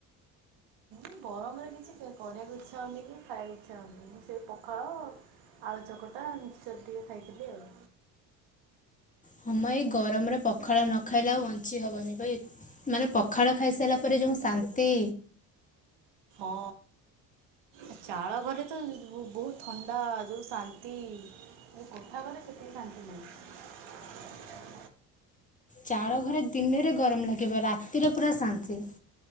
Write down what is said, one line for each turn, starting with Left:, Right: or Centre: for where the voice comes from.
Right: ଇ ଗରମରେ କିଛି କରିବାକୁ ଇଚ୍ଛା ହୋଉନି କି ଖାଇବାକୁ ଇଚ୍ଛା ହୋଉନି। ମୁଁ ସେଇ ପଖାଳ ଆଳୁ ଚକଟା ମିଶ୍ଚରେ ଟିକେ ଖାଇଥିଲି ଆଉ।
Left: ହଁ ମ ଏଇ ଗରମରେ ପଖାଳ ନ ଖାଇଲେ ଆଉ ବଞ୍ଚି ହବନି ପା ଏ ମାନେ ପଖାଳ ଖାଇସାଇଲା ପରେ ଯୋଉ ଶାନ୍ତି।
Right: ହଁ ଆ ଚାଳ ଘରେ ତ ବୋହୁତ ଥଣ୍ଡା ଯୋଉ ଶାନ୍ତି ଏ କୋଠା ଘରେ ସେତିକି ଶାନ୍ତି ନାହିଁ।
Left: ଚାଳ ଘରେ ଦିନେରେ ଗରମ ଲାଗିବ ରାତିରେ ପୁରା ଶାନ୍ତି।